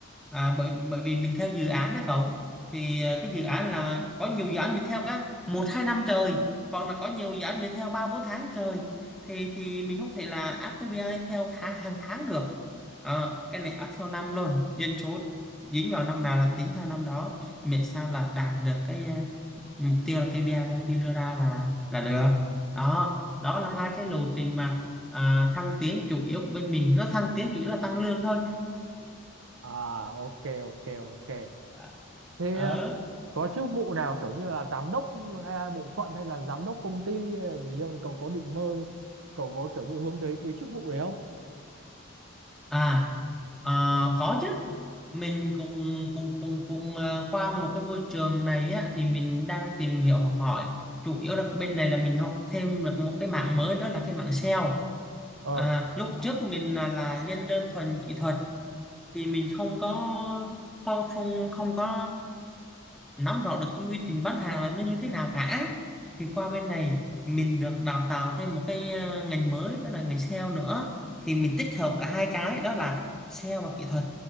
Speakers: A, in the centre; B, on the right (about 80°).
A: à, bởi bởi vì mình theo dự án đó cậu thì à, cái dự án là có nhiều dự án mình theo cái một hai năm trời hoặc là có nhiều dự án mình theo ba bốn tháng trời thì thì mình không thể là áp KPI theo tháng hàng tháng được Ờ, cái này áp theo năm luôn doanh số dính vào năm nào là tính theo năm đó miễn sao là đạt được cái ờ, mục tiêu là KPI công ty đưa ra là là được đó đó là hai cái lộ trình mà à, thăng tiến chủ yếu của bên mình nó thăng tiến chủ yếu là tăng lương thôi
B: à ok ok ok
A: ờ
B: thế
A: ờ.
B: ờ, có chức vụ nào kiểu như là giám đốc hay là bộ phận hay là giám đốc công ty hay là gì không cậu có định mơ cậu có kiểu như hướng tới cái chức vụ đấy không
A: à, À, có chứ mình cũng cũng cũng cũng à, qua một cái môi trường này á thì mình đang tìm hiểu học hỏi chủ yếu là bên này là mình học thêm được một cái mảng mới đó là cái mảng SEO
B: ờ
A: à, lúc trước mình là, là dân đơn thuần kỹ thuật thì mình không có không không không có nắm rõ được cái quy trình bán hàng là nó như thế nào cả thì qua bên này mình được đào tạo thêm một cái ờ, ngành mới đó là ngành sale nữa thì mình tích hợp cả hai cái đó là sale và kỹ thuật